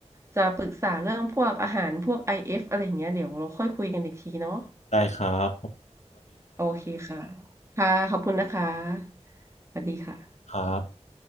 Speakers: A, on the right; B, on the left.
A: จะปรึกษาเรื่องพวกอาหารพวก IF อเอฟอะไรอย่างเงี้ยเดี๋ยวเราค่อยคุยกันอีกทีเนาะ
B: ได้ครับ
A: โอเคค่ะค่ะขอบคุณนะคะสวัสดีค่ะ
B: ครับ